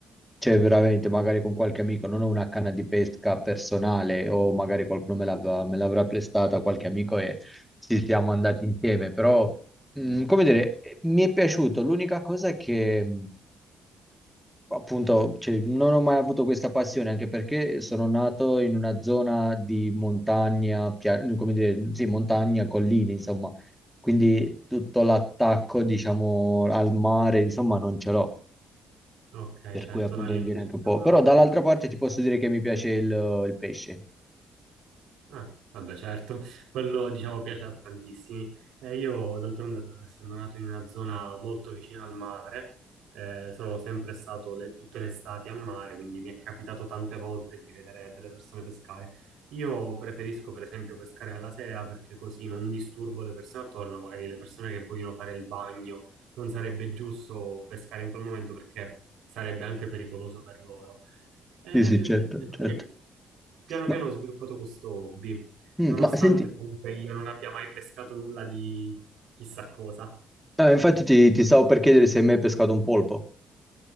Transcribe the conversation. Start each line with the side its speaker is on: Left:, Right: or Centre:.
Centre: c'è veramente, magari con qualche amico, non ho una canna di pesca personale o magari qualcuno me l'aveva- me l'avrà prestata, qualche amico e ci siamo andati insieme, però, mh, come dire, mi è piaciuto. L'unica cosa è che Appunto, cioè, non ho mai avuto questa passione, anche perché sono nato in una zona di montagna, pia- come dire, sì, montagna, colline, insomma. Quindi tutto l'attacco, diciamo, al mare, insomma, non ce l'ho.
Right: Ok,
Centre: Per
Right: certo,
Centre: cui appunto
Right: no, io
Centre: mi viene
Right: invece
Centre: anche
Right: sono
Centre: un po'. Però
Right: andato
Centre: dall'altra parte ti posso dire che mi piace il, il pesce.
Right: Ah, vabbè, certo, quello diciamo piace a tantissimi. Eh, io d'altronde, per essendo nato in una zona molto vicina al mare, eh, sono sempre stato le- tutte le estati a mare, quindi mi è capitato tante volte di vedere delle persone pescare. Io preferisco, per esempio, pescare alla sera perché così non disturbo le persone attorno, magari le persone che vogliono fare il bagno. Non sarebbe giusto pescare in quel momento perché sarebbe anche pericoloso per loro. Eh,
Centre: Sì, sì, certo,
Right: devo
Centre: certo.
Right: dire che piano
Centre: Ma,
Right: piano ho sviluppato questo hobby,
Centre: mm,
Right: nonostante
Centre: ma senti,
Right: comunque io non abbia mai pescato nulla di chissà cosa.
Centre: eh, infatti ti, ti stavo per chiedere se hai mai pescato un polpo.